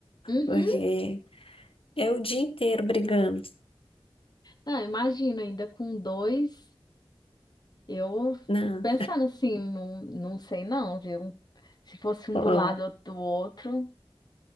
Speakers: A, on the left; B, on the left.
A: Uhum.
B: Porque é o dia inteiro brigando.
A: Ah, imagina ainda com dois. Eu
B: Não,
A: fico pensando assim, não, não sei não, viu? Se fosse um
B: ó,
A: do lado, outro do outro.